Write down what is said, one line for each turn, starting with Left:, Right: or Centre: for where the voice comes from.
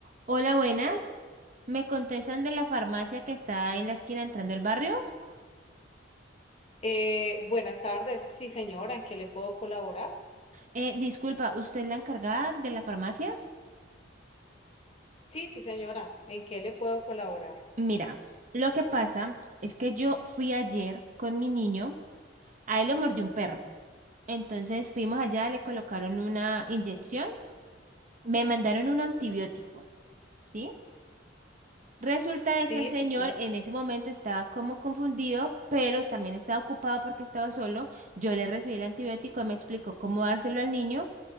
Right: Hola, buenas. ¿Me contestan de la farmacia que está en la esquina entrando al barrio?
Left: Eh, buenas tardes. Sí, señora, ¿en qué le puedo colaborar?
Right: Eh, disculpa, ¿usted es la encargada de la farmacia?
Left: Sí, sí, señora, ¿en qué le puedo colaborar?
Right: Mira, lo que pasa es que yo fui ayer con mi niño, a él lo mordió un perro. Entonces fuimos allá, le colocaron una inyección, me mandaron un antibiótico, ¿sí? Resulta de
Left: Sí,
Right: que el señor
Left: sí, sí.
Right: en ese momento estaba como confundido, pero también estaba ocupado porque estaba solo. Yo le recibí el antibiótico, él me explicó cómo dárselo al niño.